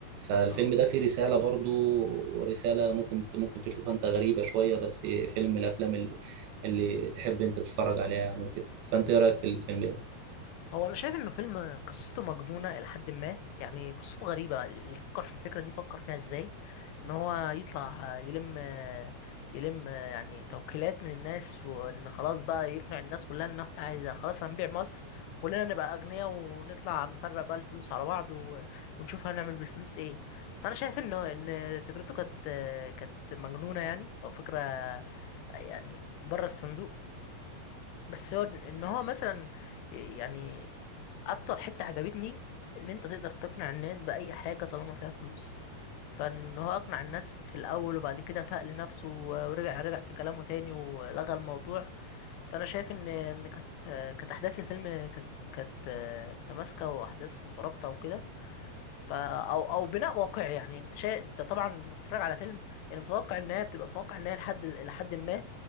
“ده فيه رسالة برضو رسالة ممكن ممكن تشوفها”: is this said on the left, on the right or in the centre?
Right